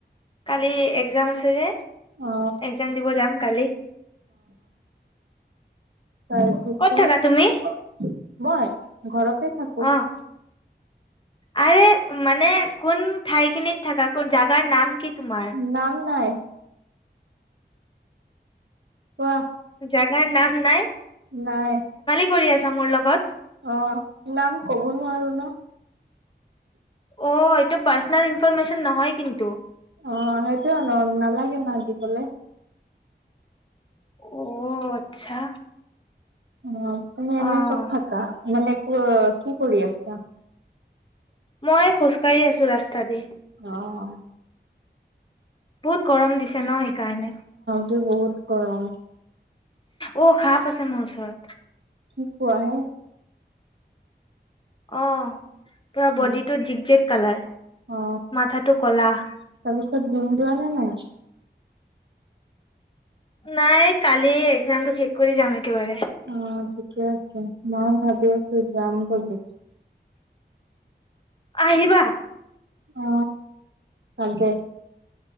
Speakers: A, on the left (about 25°); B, on the right (about 80°).
A: কালি এক্সাম আছে যে?
B: অ
A: এক্সাম দিব যাম কালি।
B: তাৰ পিছত
A: ক'ত থাকা তুমি?
B: মই ঘৰত থাকো।
A: অ', আৰে মানে কোন ঠাইখিনিত থাকা কোন জাগাৰ নাম কি তোমাৰ?
B: নাম নাই কোৱা
A: জাগাৰ নাম নাই
B: নাই
A: কি কৰি আছা মোৰ লগত
B: অ নাম কব নোৱাৰো ন
A: অ এইটো পাৰ্চনেল ইনফৰমেশ্যন নহয় কিন্তু
B: অ সেইটো ন নালাগে ন দিবলে
A: অ আচ্ছা
B: উ তুমি এনে
A: অ',
B: ক'ত থাকা মানে ক কি কৰি আছা
A: মই খোজকাঢ়ি আছো ৰাস্তা দি
B: আহ
A: বহুত গৰম দিছে ন কাৰণে
B: যে বহুত গৰম
A: অ সাপ আছে মোৰ ওচৰত
B: কি কোৱা হে
A: অ পুৰা
B: উম।
A: বডিটো জিক জেগ কালাৰ
B: অ
A: মাথাটো কলাহ
B: তাৰপিছত জিম যোৱা নে নাই
A: নাই কালি একজাম টো শেষ কৰি যাম একেবাৰে
B: অ ঠিকে আছে ময়ো ভাবি আছো যাম বুলি
A: আহিবা
B: অ কালকে